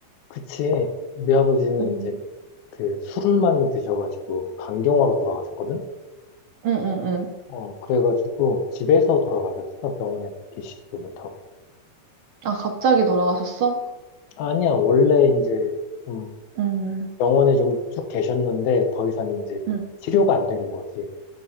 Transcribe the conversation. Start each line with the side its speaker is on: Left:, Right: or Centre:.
Left: 그치. 우리 아버지는
Right: 음,
Left: 이제 그 술을 많이 드셔가지고 간경화로 돌아가셨거든.
Right: 응, 응, 응.
Left: 어, 그래가지고 집에서 돌아가셨어. 병원에서 계시지도 못하고.
Right: 아, 갑자기 돌아가셨어?
Left: 아니야, 원래 이제 좀
Right: 음.
Left: 병원에 좀 쭉 계셨는데 더 이상 이제
Right: 음.
Left: 치료가 안 되는 거지.